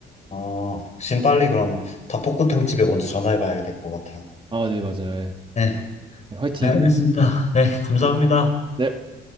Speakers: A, on the left; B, on the right.
A: 어, 지금 빨리 그럼 닭볶음탕 집에 먼저 전화해 봐야 될 것 같아요.
B: 아, 네, 맞아요. 예.
A: 네,
B: 화이팅.
A: 알겠습니다. 네, 감사합니다.
B: 네.